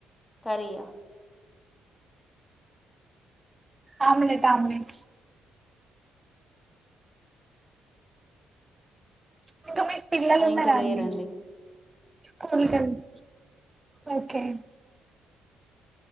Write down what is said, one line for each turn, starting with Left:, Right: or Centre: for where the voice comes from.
Left: కరీయా
Right: ఆమ్లెట్ ఆమ్లేట్ ఇంక మీకు పిల్లలు
Left: ఆ
Right: ఉన్నరా
Left: ఇంకా లేరండి
Right: అండి స్కూల్ కెల్త్ ఒకే